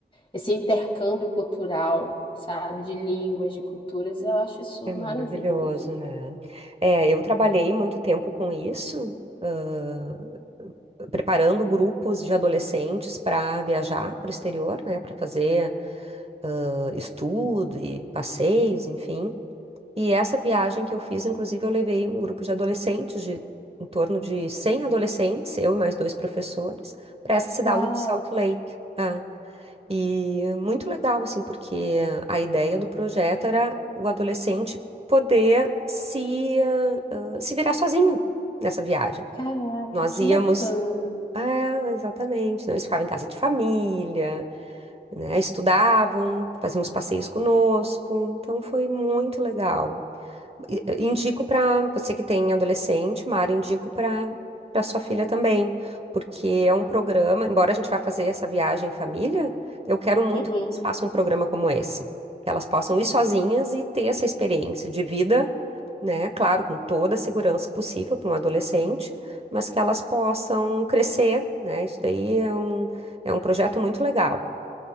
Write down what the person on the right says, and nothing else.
é maravilhoso,
né? É, eu trabalhei muito tempo com isso, ãh, preparando grupos de adolescentes para viajar para o exterior, né? Para fazer, ãh, estudo e passeios, enfim. E essa viagem que eu fiz, inclusive, eu levei um grupo de adolescentes, de em torno de 100 adolescentes, eu e mais dois professores, para essa cidade
de Salt Lake. Ah, E muito legal, assim, porque a ideia do projeto era o adolescente poder se, ah, ah, se virar sozinho nessa viagem.
Nós
íamos.
É, exatamente. Não, eles ficavam em casa de família, né? Estudavam, faziam os passeios conosco. Então foi muito legal. E- eh, Indico para você que tem adolescente, Mara, indico para para sua filha também, porque é um programa, embora a gente vá fazer essa viagem em família, eu quero muito
que elas façam um programa como esse, que elas possam ir sozinhas e ter essa experiência de vida, né? Claro, com toda a segurança possível para um adolescente, mas que elas possam crescer, né? Isso daí é um, é um projeto muito legal.